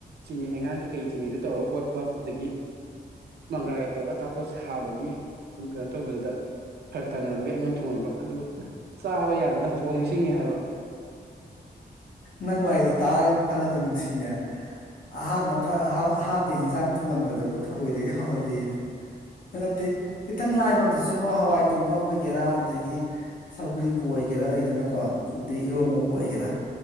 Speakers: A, on the right; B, on the left.
A: ꯆꯤꯅꯤ ꯍꯩꯉꯥꯡ ꯀꯩꯀꯩ ꯆꯤꯅꯤꯗꯨ ꯇꯧꯔꯒ ꯑꯣꯠꯄ ꯑꯗꯒꯤ ꯃꯪꯒ꯭ꯔꯥꯒ ꯇꯧꯔꯒ ꯑꯆꯥꯄꯣꯠ ꯁꯥꯕꯒꯤ ꯑꯗꯨꯝ ꯀꯩꯅꯣ ꯇꯧꯕꯗꯨꯗ ꯐꯔꯛ ꯇꯥꯟꯅꯕꯒꯤ ꯑꯩꯉꯣꯟꯗ ꯊꯣꯡꯍꯟꯕ ꯑꯗꯨꯒ ꯆꯥꯕ ꯌꯥꯗꯅ ꯍꯧꯖꯤꯛꯐꯥꯎ ꯅꯤꯡꯁꯤꯡꯉꯦ ꯍꯥꯏꯕ
B: ꯅꯪ ꯋꯥꯔꯤꯗꯣ ꯇꯥꯔꯒ ꯐꯅꯗꯨꯝ ꯅꯨꯡꯁꯤꯅꯦ ꯑꯍꯥꯟꯕ ꯑꯍꯥꯟꯕ ꯍꯤꯟꯖꯥꯡ ꯊꯣꯡꯍꯟꯕꯗꯕꯨ ꯊꯔꯣꯏꯗꯒꯤ ꯍꯧꯍꯜꯂꯤꯑꯅꯦ ꯅꯠꯇꯦ ꯈꯤꯇꯪ ꯂꯥꯏꯕ ꯑꯃꯝꯗꯁꯨ ꯍꯋꯥꯏ ꯊꯣꯡꯕ ꯑꯣꯏꯒꯦꯔꯥ ꯑꯗꯒꯤ ꯁꯧꯒꯔꯤꯕꯨ ꯑꯣꯏꯒꯦꯔꯥ ꯂꯩꯗꯅꯀꯣ ꯑꯗꯩ ꯏꯔꯣꯝꯕꯕꯨ ꯑꯣꯏꯒꯦꯔꯥ